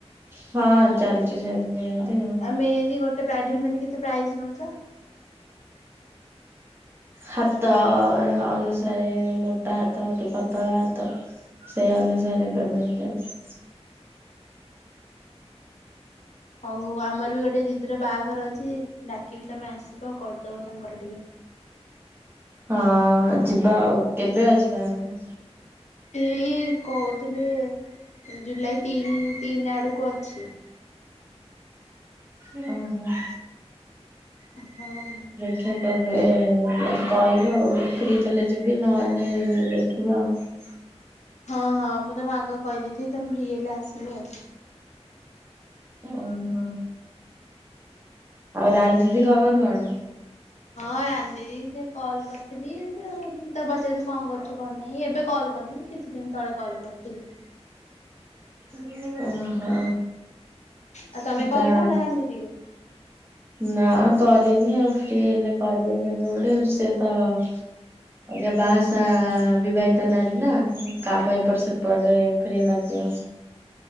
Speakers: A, on the right (about 20°); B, on the left (about 85°).
A: ହଁ ଚାଲିଛି ସେଥିପାଇଁ ସେମିତି ଆଉ।
B: ମେହେନ୍ଦୀ ଗୋଟେ ବ୍ରାଇଡାଲ ମେହେନ୍ଦି ମାନେ କେତେ ପ୍ରାଇସ ନଉଛ?
A: ହାତ ଅନୁସାରେ ମୋଟା ହାତ କି ପତଳା ହାତ? ସେଇ ଅନୁସାରେ <unintelligible>
B: ହଉ ଆମର ବି ଗୋଟେ ଦିଦିର ବାହାଘର ଅଛି ଡାକିବି ତମେ ଆସିବ କରିଦବ ତାଙ୍କର ଟିକେ।
A: ହଁ ଯିବା ଆଉ, କେବେ ଅଛି ବାହାଘର?
B: ଏଇ କହୁଥିଲେ ଜୁଲାଇ ତିନି ତିନି ଆଡ଼କୁ ଅଛି।
A: ଉଁ ହୁଁ।
B: ହଉ।
A: ଠିକ୍ ଅଛି ମତେ କହିବୁ ଆଉ ଫ୍ରି ଥିଲେ ଯିବି ନହେଲେ ଦେଖିବା ଆଉ।
B: ହଁ ହଁ ମୁଁ ତମକୁ ଆଗୁଆ କହିଦେଇଥିବି ତମେ ଫ୍ରି ହେଲେ ଆସିବ ଆଉ।
A: ଉଁ ହୁଁ, ଆଉ ରାନି ଦିଦି ଖବର କଣ?
B: ହଁ ରାନି ଦିଦି ସେ କଲ୍ କରିଥିଲି ସେ ତାକୁ ପଚାରୁଥିଲି କଣ କରୁଛୁ କଣ ନାହିଁ, ଏବେ କଲ କରିନି। କିଛି ଦିନ ତଳେ କଲ୍ କରିଥିଲି।
A: ଉଁ ଓ ହୋ,
B: ଆଉ ତମେ
A: ହେତା
B: କଲ୍ <unintelligible>
A: ନା କରିନି ଆଉ ଫ୍ରି ହେଲେ କରିବା କେବେ ଗୋଟେ ସେ ତ ଏ ଯେ ବାହାସାଆ ବିବାହିତ ନାରୀ ନା ହୁ କାମ ଏଟପ ସେପଟ ଫ୍ରି ନଥିବ।